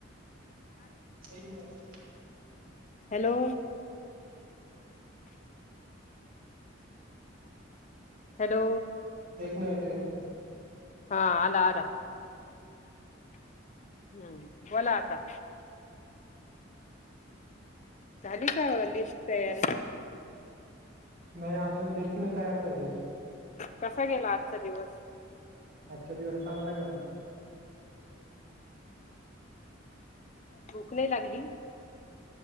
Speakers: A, on the right; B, on the left.
A: एक मिनट ह.
B: हॅलो हॅलो
A: एक मिनिट एक मिनिट.
B: हा आला आला. हम्म, बोला आता. झाली का लिस्ट तयार?
A: नाही अजून लिस्ट नाही तयार झालेली.
B: कसा गेला आजचा दिवस?
A: आजचा दिवस चांगला गेला.
B: भूक नाही लागली?